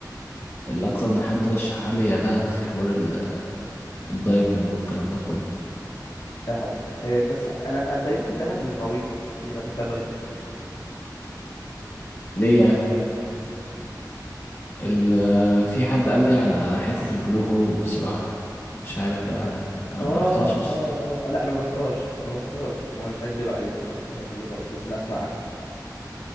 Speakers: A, on the left; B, on the left.
A: اللي اكتر من حد رشحها لي يا دهب في حوار ال- الدايفنج والكلام ده كله
B: دهب إيه، بس انا انا تقريبا دهب مش غويطه عشان يبقى يبقى فيها دايفنج
A: ليه يعني ال في حد قال لي على حتة البلو هول بصراحة مش عارف بقى أنا
B: اه
A: ما رحتهاش أصلا
B: اه اه لا انا ما رحتهاش انا ما رحتهاش انا مش هكدب عليك ما رحتش الحته دي خالص بس انا اسمع عنها